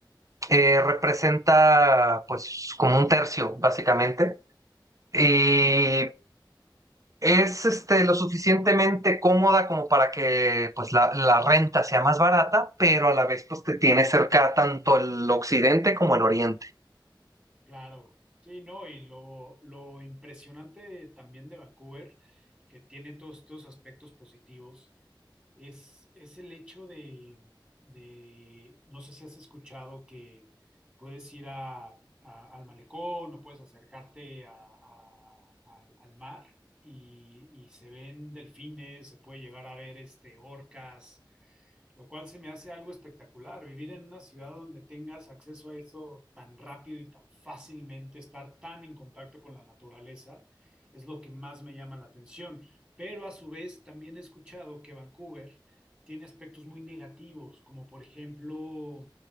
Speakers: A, on the right; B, on the right.
A: eh, representa pues como un tercio, básicamente, y es este, lo suficientemente cómoda como para que pues, la, la renta sea más barata, pero a la vez pues, te tiene cerca tanto el occidente como el oriente.
B: claro. Sí, no, y lo, lo impresionante también de Vancouver, que tiene todos estos aspectos positivos, es, es el hecho de, de- no sé si has escuchado que puedes ir a- a- al malecón o puedes acercarte a- a- al, al mar y, y se ven delfines, se puede llegar a ver este, orcas, lo cual se me hace algo espectacular. Vivir en una ciudad donde tengas acceso a eso tan rápido y tan fácilmente, estar tan en contacto con la naturaleza, es lo que más me llama la atención. Pero a su vez también he escuchado que Vancouver tiene aspectos muy negativos, como por ejemplo